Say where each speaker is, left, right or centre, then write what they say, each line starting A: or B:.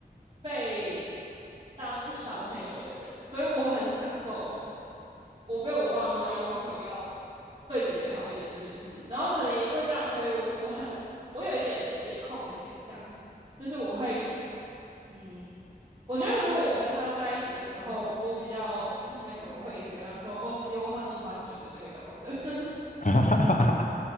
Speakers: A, on the right; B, on the left.
A: 被当小朋友的人，所以我很享受我被我爸妈要求要对姐姐好一点这件事。然后可能也因为这样，所以我我很我有一点姐控的形象，就是我会嗯，我觉得如果我跟他在一起的时候，我比较是那个我会一直跟他说哦，姐姐我好喜欢你哦的那个角色，<laughs>
B: <laughs> 哈哈哈哈，